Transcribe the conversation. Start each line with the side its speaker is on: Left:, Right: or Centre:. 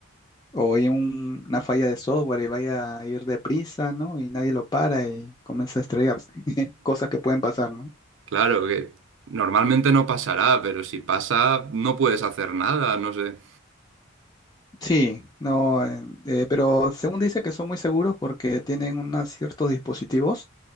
Left: o hay un- una falla de software y vaya a ir deprisa, ¿no? Y nadie lo para y comienza a estrellarse, <laughs> cosas que pueden pasar, ¿no?
Right: Claro que normalmente no pasará, pero si pasa no puedes hacer nada, no sé.
Left: Sí, no, en- eh, pero según dice que son muy seguros porque tienen unos ciertos dispositivos